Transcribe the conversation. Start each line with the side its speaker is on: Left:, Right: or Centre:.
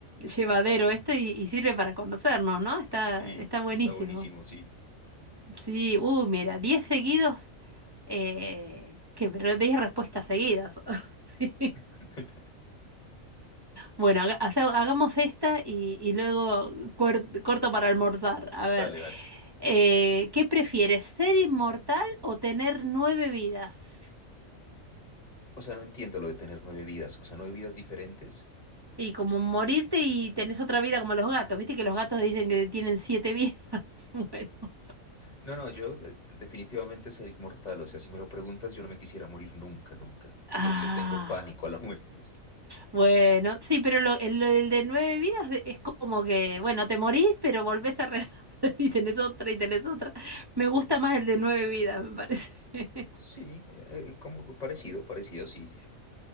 Right: llevadero esto y, y sirve para conocernos, ¿no? Está,
Left: Sí,
Right: está buenísimo.
Left: está buenísimo, sí.
Right: Sí, uh, mira, 10 seguidos, eh, que pero 10 respuestas seguidas. <laughs> Sí.
Left: <laughs>
Right: Bueno, haga- hace- hagamos esta y, y luego cuer- corto para almorzar. A ver,
Left: Dale, dale.
Right: eh, ¿qué prefieres, ser inmortal o tener nueve vidas?
Left: O sea, no entiendo lo de tener nueve vidas. O sea, nueve vidas diferentes.
Right: Y como morirte y tenés otra vida como los gatos, viste que los gatos dicen que tienen
Left: eh,
Right: siete vidas. <laughs> Bueno.
Left: No, no, yo eh, definitivamente ser inmortal, o sea, si me lo preguntas, yo no me quisiera morir nunca, nunca.
Right: Ah.
Left: Le, le tengo pánico a la muerte. Sí,
Right: Bueno, sí, pero lo, el, el de nueve vidas de- es como que, bueno, te morís, pero volvés a renacer <laughs> y tenés otra y tenés otra. Me gusta más el de nueve vidas, me parece. <laughs>
Left: Sí, eh, como parecido, parecido, sí.